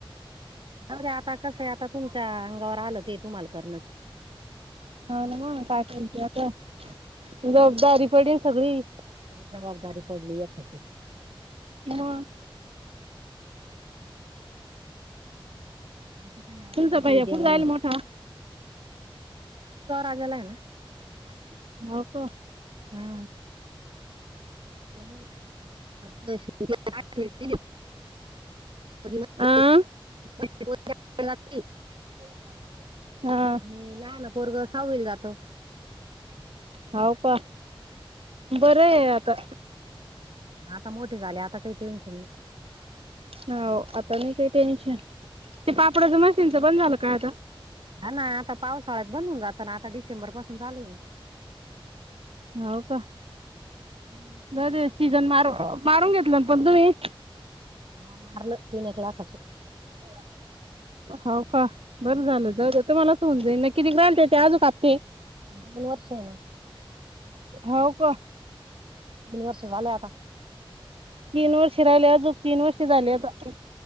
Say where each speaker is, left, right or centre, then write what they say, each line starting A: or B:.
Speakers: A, on the right; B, on the right.
A: रे आता कसं आता तुमच्या अंगावर आलं ते तुम्हाला करण्याची
B: होा ना मग काय कयते आता जबाबदारी पडेल सगळी
A: सगळी जबाबदारी पडली एखा
B: हम
A: आ का
B: तुमचा भैय्या
A: द्यावाला
B: कुठं जायला मोठा?
A: राजाला आहे ना
B: हो का.
A: हा <unintelligible> पोरगी मोठी
B: आह
A: <unintelligible>
B: हा
A: आणि लहान पोरग सावल जातं
B: होाव का बरं आहे आता
A: आता मोठे झाले आता काही टेन्शन नाही
B: हो आता नाहीी काही टेन्शन ते पापडाच मशीनचं पण झालं काय आता
A: हा ना आता पावसाळ्यात बंद होून जात ना आता डिसेंबर पासून चालू आहे
B: हो का
A: हम्म
B: बरे सीजन मार मारून घेतलं पण तुम्ही
A: ह मारलं तीन एक लाखच नाही वा
B: हो का बरं झालं जाऊ तुम्हाला सऊ <unintelligible> न जाईन न किती ग्रा <unintelligible> नट य ते आजू कापते
A: मनु वर्ष ना
B: हो का?
A: तीन वर्ष सहा झालय आता
B: तीन वर्ष राहिले अजून तीन वर्ष झाले आता